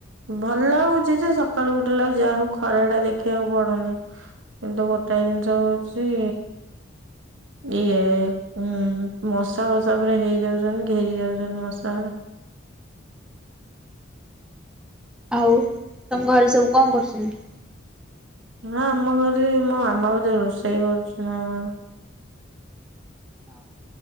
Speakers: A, on the right (about 80°); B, in the centre.
A: ଭଲ ଲାଗୁଚି ଯେ ସକାଳୁ ଉଠିଲା ଏଳକୁ ଯାହା ହଉ ଖରା ଟା ଦେଖିବାକୁ ପଡୁନି। କିନ୍ତୁ ଗୋଟାଏ ଜିନିଷ ହଉଚି ଇଏ ଉଁ ମଶା ଫସା ପୁରା ହେଇ ଯାଉଛନ୍ତି ଘେରି ଯାଉଛନ୍ତି ମଶାଗୁରା।
B: ଆଉ ତମ ଘରେ ସବୁ କଣ କରୁସନ୍ତି?
A: ନା ଆମ ଘରେ ମୋ ମାମା ବୋଧେ ରୋଷେଇ କରୁଚି ନାକଣ।
B: ଓ